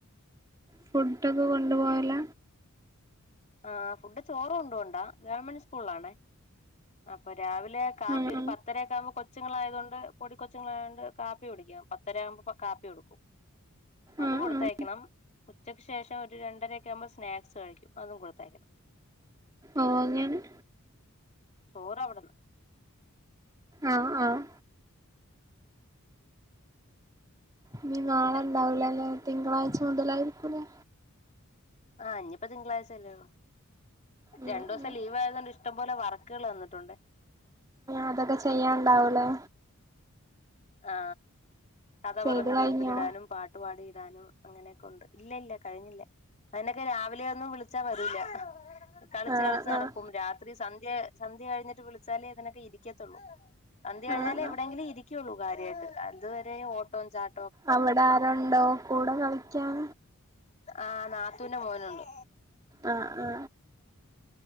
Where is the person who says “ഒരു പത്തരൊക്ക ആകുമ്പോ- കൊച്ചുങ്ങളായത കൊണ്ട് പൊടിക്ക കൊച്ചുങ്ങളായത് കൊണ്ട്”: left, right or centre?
Left